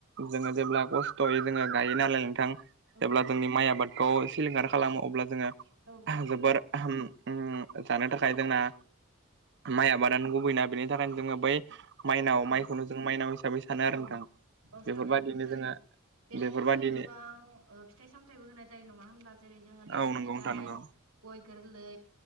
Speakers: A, on the right (about 55°); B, on the right (about 85°).
A: जोङो जेब्ला खस्थ'यै जोङो गायो नालाय नोंथां?
B: औ
A: जेब्ला जोंनि माइ आबादखौ सिलिंखार खालामो अब्ला जोङो
B: औ
A: जोबोराम जानो थाखाय जोंना माइ आबादानो गुबैना बेनि थाखायनो जोङो बै माइनाव
B: औ
A: माइखौनो जों माइनाव हिसाबै सानो
B: औ
A: आरो नोंथां
B: औ सानो
A: बेफोरबायदिनो
B: नंगौ थारैनो
A: जोङो
B: बेहायथ
A: बेफोरबायदिनो
B: जोङो गोबां ओ ओ फिथाइ सामथायाइबो होनाय जायो नङा होनबा जेरै जोङो नारें
A: औ नंगौ
B: फिथाइ
A: नोंथां नंगौ
B: गय गोरलै